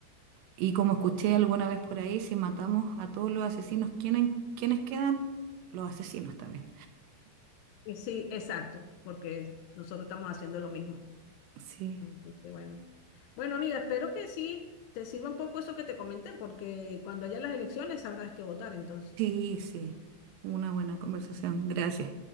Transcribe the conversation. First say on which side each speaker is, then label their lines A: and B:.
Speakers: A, on the right; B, on the left.
A: Y como escuché alguna vez por ahí, si matamos a todos los asesinos, ¿quiénes, quiénes quedan? Los asesinos también.
B: que sí, exacto, porque nosotros estamos haciendo lo mismo.
A: Sí,
B: Así que bueno. Bueno, amiga, espero que sí te sirva un poco eso que te comenté, porque cuando haya las elecciones sabrás qué votar entonces.
A: sí, sí. Una buena conversación. Gracias.